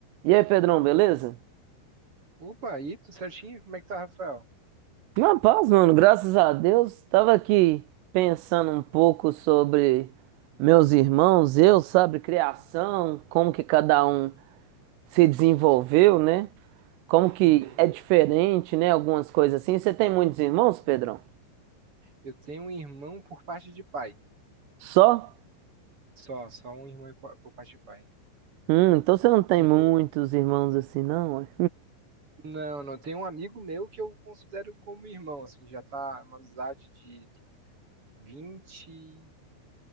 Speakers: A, on the right (about 80°); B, on the right (about 25°).
A: E aí, Pedrão, beleza?
B: Opa, aí, tudo certinho? Como é que tá, Rafael?
A: Na paz, mano, graças a Deus. Tava aqui pensando um pouco sobre meus irmãos, eu, sabe, criação, como que cada um se desenvolveu, né? Como que
B: Uhum.
A: é diferente, né? Algumas coisas assim. Você tem muitos irmãos, Pedrão?
B: Eu tenho um irmão por parte de pai.
A: Só?
B: Só, só um irmão por por parte de pai.
A: Hum, então você não tem
B: Hum.
A: muitos irmãos assim, não? ué?
B: Não, não, tem um amigo meu que eu considero como irmão, assim, já tá uma amizade de vinte,